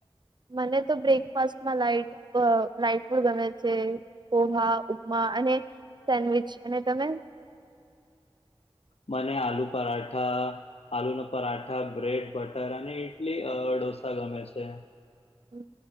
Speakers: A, on the right (about 45°); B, on the left (about 75°).
A: મને તો બ્રેકફાસ્ટમાં લાઈટ અ લાઈટ ફૂડ ગમે છે. પોહા ઉપમા અને સેન્ડવીચ અને તમે
B: મને આલુ પરાઠા આલુ ન પરાઠા બ્રેડ, બટર અને ઈટલી અ ડોસા ગમે છે.
A: હમ